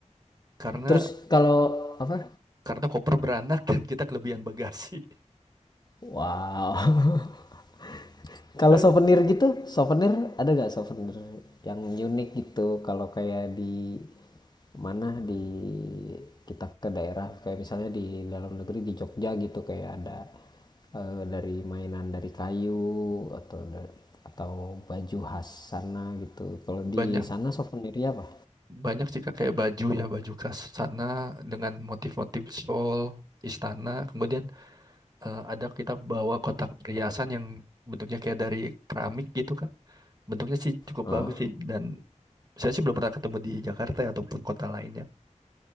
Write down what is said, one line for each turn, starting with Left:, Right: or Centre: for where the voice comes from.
Right: karena
Left: Terus kalau apa?
Right: karena koper beranak dan kita kelebihan bagasi.
Left: Wow. <laughs> Kalau
Right: Eh,
Left: souvenir gitu, souvenir ada gak souvenir yang unik gitu? Kalau kayak di mana di kita ke daerah kayak misalnya di dalam negeri di Jogja gitu kayak ada eh, dari mainan dari kayu atau atau baju khas sana gitu. Kalau di
Right: Banyak
Left: sana souvenirnya apa?
Right: banyak sih Kak, kayak baju ya baju khas sana dengan motif-motif shawl istana. Kemudian eh, ada kita bawa kotak perhiasan yang bentuknya kayak dari keramik gitu Kak. Bentuknya sih cukup
Left: Heeh.
Right: bagus sih dan saya sih belum pernah ketemu di Jakarta ya, ataupun kota lainnya.